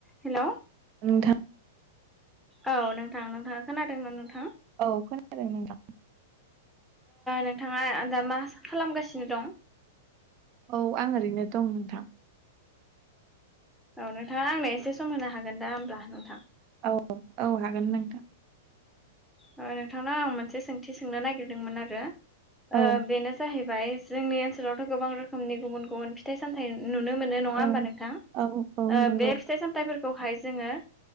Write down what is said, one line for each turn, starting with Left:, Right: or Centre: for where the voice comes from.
Centre: हेल'।
Right: नोंथां
Centre: औ नोंथांा नोंथाङा खोनादों ना नोंथां।
Right: औ खोनादों नोंथां।
Centre: नोंथाङा दा मा खालामगासिनो दं।
Right: औ आं ओरैनो दं नोंथां।
Centre: औ नोंथाङा आंनो एसे सम होनो हागोन दा होमब्ला नोंथां।
Right: औ औ हागोन नोंथां।
Centre: ओ नोंथांनाव आं मोनसे सोंथि सोंनो नागिरदोंमोन आरो ओ
Right: औ
Centre: बेनो। जाहैबाय जोंनि ओनसोलावथ' गोबां रोखोमनि गुबुन गुबुन। फिथाइ सामथाइ नुनो मोनो नङा
Right: औ
Centre: होमबा नोंथां
Right: औ औ
Centre: ओ
Right: नंगौ
Centre: बे। फिथाइ सामथाइफोरखौहाय जोङो